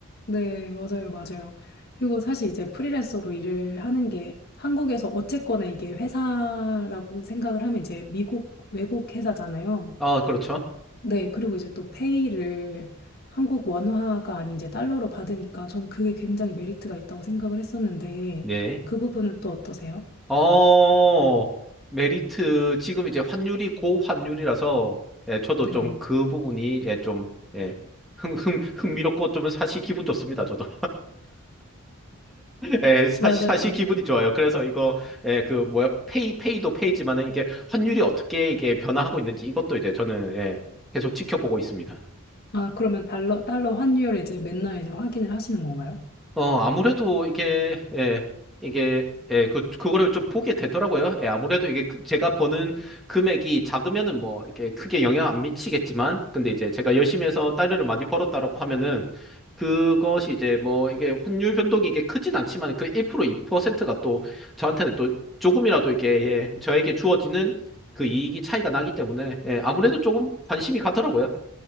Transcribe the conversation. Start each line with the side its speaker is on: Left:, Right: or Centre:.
Left: 네, 맞아요, 맞아요. 그리고 사실 이제 프리랜서로 일을 하는 게 한국에서 어쨌거나 이게 회사라고 생각을 하면 이제 미국, 외국 회사잖아요.
Centre: 아, 그렇죠.
Left: 네, 그리고 이제 또 페이를 한국 원화가 아닌 이제 달러로 받으니까 저는 그게 굉장히 메리트가 있다고 생각을 했었는데
Centre: 네.
Left: 그 부분은 또 어떠세요?
Centre: 어, 메리트, 지금 이제 환율이 고환율이라서, 예, 저도
Left: 네,
Centre: 좀 그 부분이, 예, 좀, 예, 흥, 흥, 흥미롭고 좀 사실 기분 좋습니다, 저도. 예, 사실,
Left: 맞아요,
Centre: 사실
Left: 맞아요.
Centre: 기분이 좋아요. 그래서 이거, 예, 그, 뭐야, 페이, 페이도 페이지만은 이게 환율이 어떻게 이게 변화하고 있는지 이것도 이제 저는, 예, 계속 지켜보고 있습니다.
Left: 아, 그러면 달러, 달러 환율을 이제 맨날 이제 확인을 하시는 건가요?
Centre: 어, 아무래도 이게, 예, 이게, 예, 그, 그거를 좀 보게 되더라고요. 예, 아무래도 이게 그- 제가 버는 금액이 작으면은 뭐, 이게 크게 영향 안 미치겠지만, 근데 이제 제가 열심히 해서 달러를 많이 벌었다라고 하면은, 그것이 이제 뭐, 이게 환율 변동이 이게 크진 않지만, 그 1%, 2%가 또, 저한테는 또 조금이라도 이게, 예, 저에게 주어지는 그 이익이 차이가 나기 때문에, 예, 아무래도 조금 관심이 가더라고요.